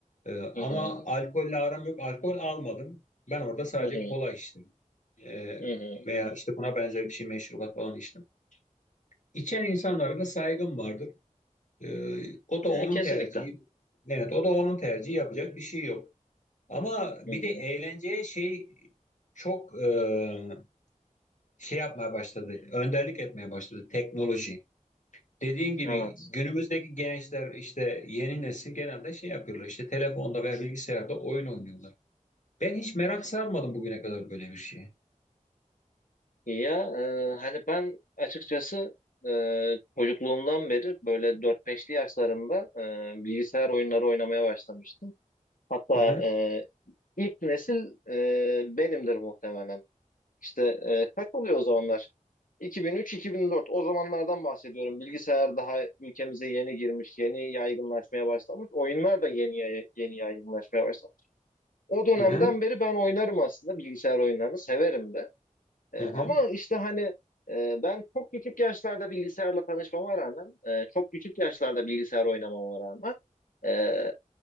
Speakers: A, on the left (about 65°); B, on the left (about 85°).
A: Ee, ama
B: Hı hı,
A: alkolle aram yok. Alkol almadım. Ben orada sadece
B: hı hı,
A: kola içtim. Ee,
B: hı hı.
A: veya işte buna benzer bir şey meşrubat falan içtim. İçen insanlara da saygım vardır. Ee, o
B: Ya,
A: da onun
B: kesinlikle.
A: tercihi. Evet, o da onun tercihi yapacak bir şey yok. Ama bir
B: Hı hı,
A: de eğlenceye şey çok e, şey yapmaya başladı. Önderlik etmeye başladı teknoloji. Dediğin gibi
B: evet.
A: günümüzdeki gençler işte yeni nesil genelde şey yapıyorlar işte telefonda veya bilgisayarda oyun oynuyorlar. Ben hiç merak sarmadım bugüne kadar böyle bir şeye.
B: Ya e, hani ben açıkçası e, çocukluğumdan beri böyle dört beşli yaşlarımda e, bilgisayar oyunları oynamaya başlamıştım. Hatta
A: Hı hı,
B: e, ilk nesil e, benimdir muhtemelen. İşte e, kaç oluyor o zamanlar? 2003-2004 o zamanlardan bahsediyorum. Bilgisayar daha ülkemize yeni girmiş, yeni yaygınlaşmaya başlamış. Oyunlar da yeni yay- yeni yaygınlaşmaya başlamış. O dönemden
A: hı hı,
B: beri ben oynarım aslında bilgisayar oyunlarını severim de. E,
A: hı
B: ama
A: hı.
B: işte hani e, ben çok küçük yaşlarda bilgisayarla tanışmama rağmen, e, çok küçük yaşlarda bilgisayar oynamama rağmen e,